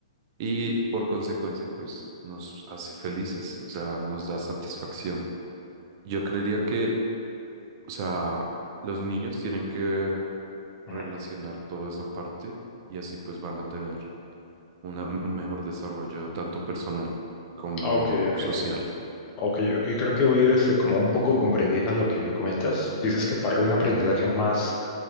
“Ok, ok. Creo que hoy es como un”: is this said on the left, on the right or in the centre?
Left